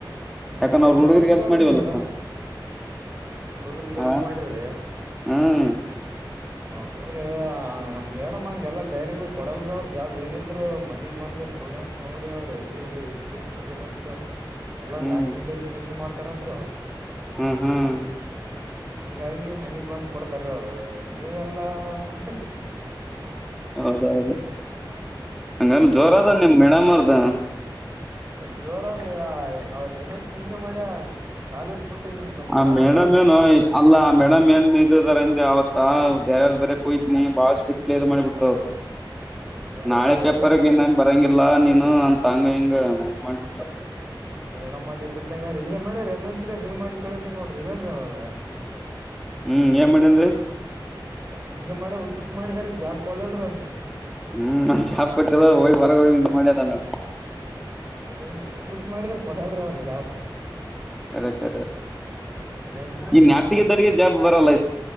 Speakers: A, in the centre; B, on the right (about 30°).
A: ಯಾಕ
B: ಏ
A: ಅವ್ರ
B: ನೋಡಮ್
A: ಹುಡ್ಗರ್
B: ತೋರಿ
A: ಎಲ್ಪ್ ಮಾಡವಲ್ಲಪ್ಪ
B: ಹಂಗಾರ ಹುಡುಗರ್ಗ್ ಹೆಲ್ಪ್
A: ಹ
B: ಮಾಡ್ರಿ
A: ಹ ಹ <inaudible>
B: ಹೌದ್ರಿ ನಮ್ ಮೇಡಮ್ ಹಂಗೆಲ್ಲಾ ಬೇರೆ ಕೊಡಲ್ರಿೀ ಅವ್ರರು ಜಾಬ್ ಏನಿದ್ರು ಮನಿಗ್ ಬಂದು ಸ್ಟೂಡೆಂಟ್ ನೋಡಿ ಅವ್ರ ಎಲ್ಲಿೆಲ್ಲಿ ಎಜುಕೇಶನ್ ಇಗದಂತ ಎ
A: ಹ್ಮ್
B: ಾಕ್ಯೆಂಟ್ರಿೇಶ್ <unintelligible> ನ್ ಮಾಡ್ತಾರಂತತ್ರಿ ಅವ್ರ
A: ಹ್ಮ್ ಹ್ಮ್
B: ಹಂಗಾಗಿ ಮನೆಗ್ ಬಂದ್ ಕೊಡ್ತಾರೆ ಅವ್ರು ನೀವೆಲ್ಲಾ ಹ
A: ಹೌದೌದು ಹಂಗಾಮ
B: ಇಲ್ಲವೆಲ್ಲಾ
A: ಜೋರ ಅದ ನಿಮ್ ಮೇಡಮ್ರ್ದ
B: ಜೋರಾದ್ರೆ ಯ ಅವ್ರರಮೇಶ್ ನಿಂಗೆ ಮಾಡ್ಯ ಕಾಲೇಜ್ ಬಿಟ್ಟು ಹಿಂಗ್ ನಮಗ್
A: ಆ
B: ಬ್ಯಾಡಪ
A: ಮೇಡಮ್
B: ನೀನು
A: ಏನು ಅಲ್ಲ ಆ ಮೇಡಮ್ ಏನ್ ಇದದಾರಿಂದ ಅವತ್ತು ಹಾ ಬ್ಯಾರದ್ ಬರೆಕ್ ಹೋಯ್ತಿನಿ ಬಳ್ ಸಿಕ್ ಇದು ಮಾಡಿ ಬಿಟ್ರು ಅವ್ರ್
B: ಹಂಗ್ಯಾರ್ರೀ
A: ನಾಳೆ ಪೇಪರ್ಗೆ
B: ಯಾರ
A: ನನ್ ಬರಂಗ್ ಎಲ್ಲಾ ನೀನು ಅಂತ ಹಂಗ ಹಿಂಗಮಾಡಿಬಿಟ್ರೇಪ್ಪಾ
B: ಮೇಡಮ್ಮ ಅದ ಇದ್ದದ್ದಂಗ ರೀ ಮೇ್ರ ರಮೇಶ್ಗ ಅದು ಇ್ ಮಾಡಿ ಕೇಳಳ್ಕ್ಕೆ ನೋಡ್ರರಿಜೇಂದ್ರ ಅವರು ಅನ್ಇಂಟೆಜಿಬಲ್ <unintelligible>
A: ಹ್ಮ್ ಏನ್ ಮಾಡೇನ್ ರೀ
B: ಹಿಂಗೆ ಮಾಡ ಹುಚ್ ಹುಚ್ ಮಾಡಿದಾರಿ ಜಾಬ್ ಕೊಳ್ಳಲ್ರ ಅವನಿಗೆ
A: ಹ್ಮ್ ಚಛಾಪಟಿದಾಗ ಹೊರಗ್ ಹೋಗಿ ನಿಂತ ಮಾಡಿದಾವ
B: ಅಂತ ಹುಚ್ ಹುಚ್ ಮಾಡಿದ್ರೆ ಕೊಡಲ್ರಿ ಅವ್ರ ಜಾಬ್
A: ಕರೆ ಕರೆ
B: ಅದೇಂತನಲ್ರಿ
A: ಈ ನೇಟಿಗಿದವರಿಗೆ
B: ನಾನ್ ಅದ್ರ
A: ಜಾಬ್ ಬರಲ್ಲ